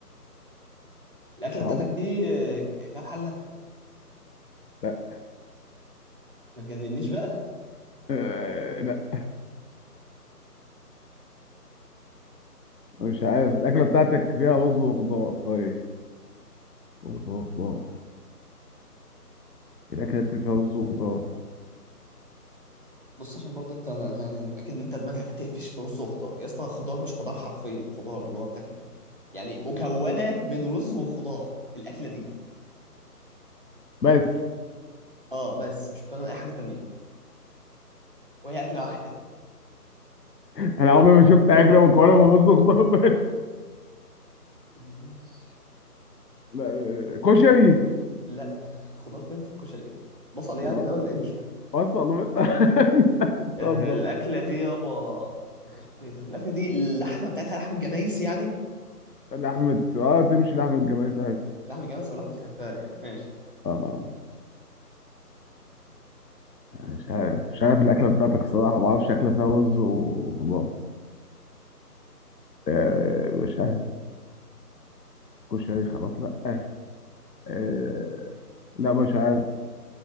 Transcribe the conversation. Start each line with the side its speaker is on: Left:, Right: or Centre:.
Right: الاكله
Left: صعبة
Right: بتاعتك دي آه، ك- كام حله
Left: لا
Right: ما تجننيش بقى
Left: آه، لا مش عارف الأكلة بتاعتك فيها رز وخضار طيب خضار خضار الأكلة اللي فيها رز وخضار
Right: بص عشان برضه انت ه- اكيد ان انت دماغك هتقفش في رز وخضار يا اسطى خضار مش خضار حرفيا خضار اللي هو بتاكله يعني مكونه من رز وخضار الاكله دي
Left: بس
Right: اه بس مش مكونه من اي حاجه تانية وهي اكله واحده
Left: أنا عمري ما شفت أكلة مكونة من رز وخضار بس
Right: ماشي
Left: لا، آه، كشري
Right: لا خضار فين في الكشري بصل يعني
Left: ما-
Right: ده ولا ايه مش فاهم
Left: وصل بس <laughs> اتفضل
Right: آه الاكله دي يابا يخرب بيتك الاكله دي اللحمه بتاعتها لحمه جمايس يعني
Left: لحمة اه تمشي لحمة جمال ساعتها
Right: لحمه جمايس او لحمه خرفان يعني ماشي
Left: اه مش عارف مش عارف الأكلة بتاعتك الصراحة ما أعرفش أكلة فيها رز وخضار آه مش عارف كشري خلاص لأ آه آه، لا مش عارف